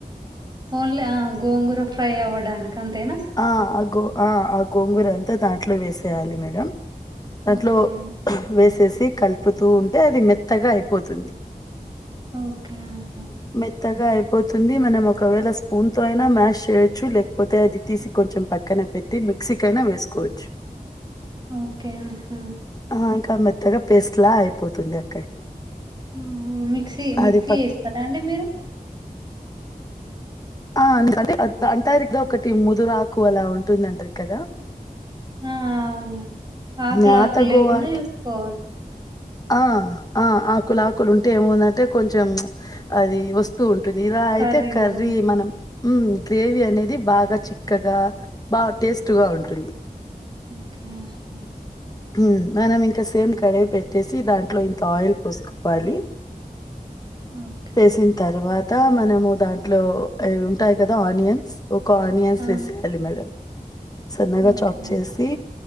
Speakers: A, on the right; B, on the left.
A: ఓన్లీ ఆ గోంగూర ఫ్రై అవ్వడానికంతేనా
B: ఆ ఆ గో ఆ ఆ గోంగూర అంతా దాంట్లో వేసేయాలి మేడం దాంట్లో
A: ఓకే.
B: వేసేసి కలుపుతూ ఉంటే అది మెత్తగా అయిపోతుంది
A: ఓకే ఆహా!
B: మెత్తగా అయిపోతుంది మనం ఒకవేళ స్పూన్ తో అయినా మ్యాష్ చేయొచ్చు లేకపోతే అది తీసి కొంచెం పక్కన పెట్టి మిక్సీ కైనా వేసుకోవచ్చు
A: ఓకే ఆహా
B: ఆ ఇంకా మెత్తగా పేస్ట్ లా అయిపోతుంది అక్కడికి
A: ఊహు మిక్సీ మిక్సీ
B: అది పక్
A: ఏస్తరా అండి మీరు
B: ఆ <unintelligible> అంటారు కదా ఒకటి ముదురాకు అలా ఉంటుందంటారు కదా
A: ఆ అవునండి ఆకులు
B: జ్ఞాత
A: ఆకులు లేకుండా
B: గోవాకి
A: చేస్కోవాలి
B: ఆ ఆ ఆకులాకులుంటే ఏమువుదంటే కొంచెం అది వస్ స్తూ ఉంటుంది ఇలా
A: కర్రీలో
B: అయితే కర్రీ మనం హూ గ్రేవీ అనేది బాగా చిక్కగా బా టేస్ట్గా ఉంటుంది
A: ఓకే అర్థమై
B: హు మనం ఇంకా సేమ్ కడిగి పెట్టేసి దాంట్లో ఇంత ఆయిల్ పోస్కోవాలి
A: ఓకే.
B: వేసిన్ తర్వాత మనము దాంట్లో ఉంటాయి కదా ఆనియన్స్ ఒక, ఆనియన్స్,
A: ఆ!
B: వేసేయాలి. మేడం, సన్నగా,
A: ఓకే.
B: చాక్, చేసి,